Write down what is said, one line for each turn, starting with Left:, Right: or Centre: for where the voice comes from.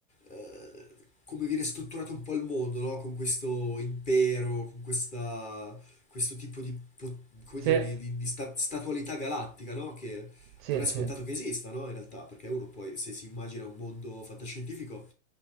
Left: eh, come viene strutturato un po' il mondo, no? Con questo impero, con questa, questo tipo di, po- come
Right: Sì,
Left: dire, di, di- di sta- statualità galattica, no? Che
Right: sì,
Left: non è
Right: sì.
Left: scontato che esista, no? In realtà, perché uno poi se si immagina un mondo fantascientifico